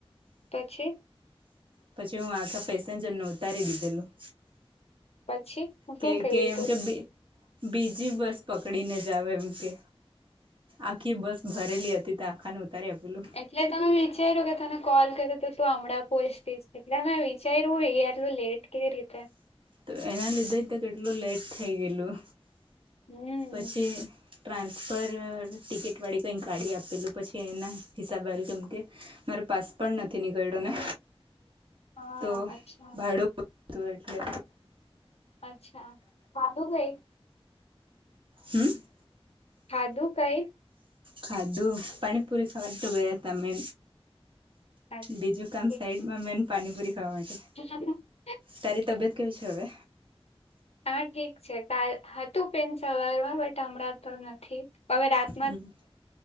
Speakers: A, on the left (about 80°); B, on the right (about 55°).
A: પછી
B: પછી હું આખા પેસેન્જરને ઉતારી દીધેલું
A: પછી શું
B: કે
A: કરી
B: કે એમ
A: તું
B: કે બી બીજી બસ પકડીને જાવે એમ કે આખી બસ ભરેલી હતી તો આખાને ઉતારી પેલું
A: એટલે તમે વિચાર્યું કે તમે કોલ કર્યો તો તું હમણાં પોચ એટલે મેં વિચાર્યું હોય કે આટલું લેટ કેવી રીતે
B: તો એના લીધે તો કેટલું લેટ થઈ ગયેલું
A: હમ
B: પછી ટ્રાન્સફર ટિકિટવાળી કંઈ કાઢી આપેલું પછી એના હિસાબેલ કેમ કે મારો પાસ પણ નથી નીકળ્યો ને
A: હા
B: તો
A: અચ્છા
B: ભાડું હતું એટલે
A: અચ્છા સાધું ગઈ
B: હમ્મ.
A: ખાધું કઈ
B: ખાધું પાણીપુરી ખાવા તો ગયા તમે
A: ઠીક
B: બીજું કામ સાઈડમાં મેન પાણીપુરી ખાવા માટે
A: <unintelligible>
B: તારી તબિયત કેવી છે હવે?
A: હા ઠીક છે કાલ હતું પેન સવારમાં બટ હમણાં તો નથી હવે રાત
B: હમ્મ